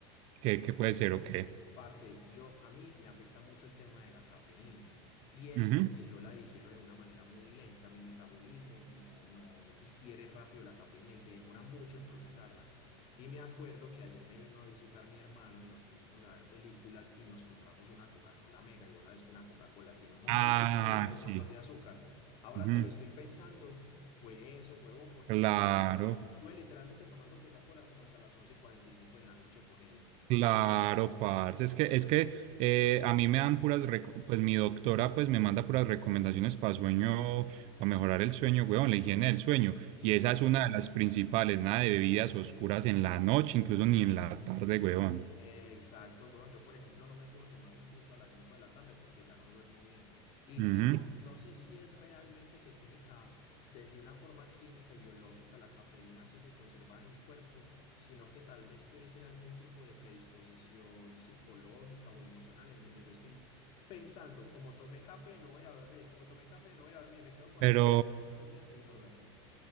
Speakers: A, on the right; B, on the left.
A: ¿qué, qué puede ser o qué?
B: Parce, yo a mí me afecta mucho el tema de la cafeína y es
A: Ujú.
B: porque yo la digiero de una manera muy lenta, mi metabolismo no, no digiere rápido la cafeína y se demora mucho en procesarla. Y me acuerdo que ayer me vino a visitar mi hermano y nos pusimos a ver películas y nos compramos una Coca-Cola Mega y vos sabes que una Coca-Cola tiene un montón
A: Ah,
B: de cafeína y
A: sí.
B: un montón de azúcar. Ahora
A: Ujú.
B: que lo estoy pensando, fue eso, huevón, porque
A: Claro,
B: es que estuve estuve literalmente tomando Coca-Cola como hasta las 11 y 45 de la noche, ponele.
A: claro, parce. Es que, es que eh, a mí me dan puras, reco- pues mi doctora pues me manda puras recomendaciones para sueño, para mejorar el sueño, weón, la higiene del sueño.
B: Sí.
A: Y esa es una de las principales, nada de bebidas oscuras en la noche, incluso ni en la tarde, weón.
B: Eh, Exacto, weón. Yo, por ejemplo, no me puedo tomar un tinto a las 5 de la tarde porque ya no duermo bien. Y,
A: Ujú.
B: y no, no sé si es realmente que química, de, de una forma química y biológica, la cafeína sigue conservada en mi cuerpo, sino que tal vez puede ser algún tipo de predisposición psicológica o emocional en donde yo estoy pensando, como tomé café, no voy a dormir, como tomé café, no voy a dormir, me quedo con
A: Pero...
B: ese pensamiento rumiante y no duermo.